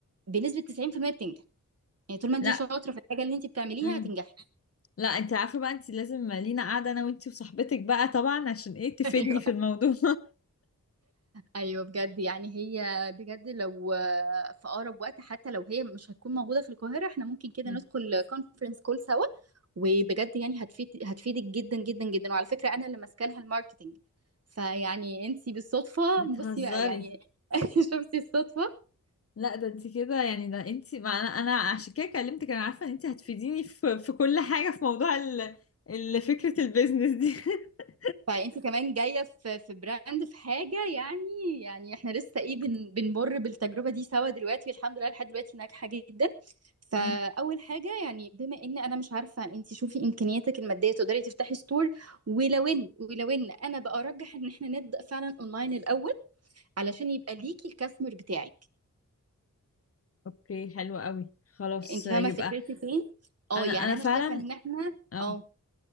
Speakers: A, on the right (about 50°); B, on the left (about 45°).
A: بنسبه 90% بتنجح يعني طول ما انت
B: لا
A: شاطره في الحاجه اللي انت بتعمليها
B: امم
A: هتنجحي
B: لا انت عارفة بقى انت لازم لينا قاعدة انا وانت وصاحبتك بقى طبعا عشان ايه تفيدني
A: <laughs> ايوه
B: في الموضوع
A: ايوه بجد يعني هي بجد لو آه، في اقرب وقت حتى لو هي مش هتكون موجوده في القاهره احنا ممكن كده
B: <laughs>
A: ندخل كونفرنس كول سوا وبجد يعني هتفيد هتفيدك جدا جدا جدا وعلى فكره انا اللي ماسكه لها الماركتنج فيعني انت بالصدفه
B: بتهزري
A: بصي بقى يعني <laughs> شفتي الصدفه
B: لا ده انت كده يعني ده انت ما انا انا عشان كده كلمتك انا عارفه ان انت هتفيديني في في كل حاجه في موضوع ال ال- فكره البيزنس دي <laughs>
A: فانت كمان جايه في في براند في حاجه يعني يعني احنا لسه ايه بن بنمر بالتجربه دي سوا دلوقتي الحمد لله لحد دلوقتي ناجحه جدا فاول
B: مم.
A: حاجه يعني بما ان انا مش عارفه انت شوفي امكانياتك الماديه تقدري تفتحي ستور ولو ان ولو ان انا بقى ارجح ان احنا نبدا فعلا اونلاين الاول علشان يبقى ليكي الكاستمر بتاعك
B: اوكي حلو قوي خلاص
A: انت
B: يبقى
A: فاهمه فكرتي فين اه
B: انا
A: يعني
B: انا
A: انا
B: فعلا
A: شايفه ان احنا
B: اه
A: اه